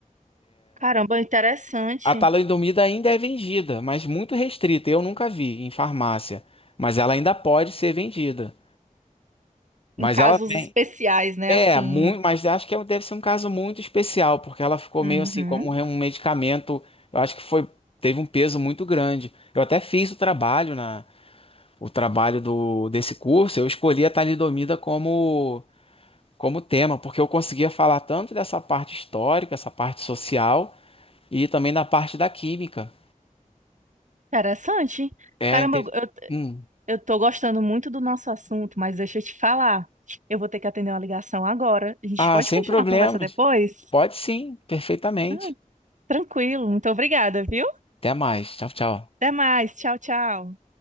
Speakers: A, on the right; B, on the left.
A: caramba, interessante.
B: A talidomida ainda é vendida, mas muito restrita. Eu nunca vi em farmácia, mas ela ainda pode ser vendida. Mas
A: Em casos
B: ela vem.
A: especiais, né?
B: É,
A: Assim.
B: muito, mas acho que é- deve ser um caso muito especial, porque ela ficou
A: Uhum,
B: meio assim como um medicamento. Eu acho que foi, teve um peso muito grande. Eu até fiz o trabalho na, o trabalho do, desse curso. Eu escolhi a talidomida como como tema, porque eu conseguia falar tanto dessa parte histórica, essa parte social e também da parte da química.
A: interessante.
B: É,
A: Caramba,
B: inte-
A: eu, eu
B: Hum.
A: eu tô gostando muito do nosso assunto, mas deixa eu te falar. Eu vou ter que atender uma ligação agora. A gente
B: Ah,
A: pode
B: sem
A: continuar
B: problemas.
A: a conversa depois?
B: Pode sim, perfeitamente.
A: Ah, tranquilo, muito obrigada, viu?
B: Até mais. Tchau, tchau.
A: Até mais. Tchau, tchau.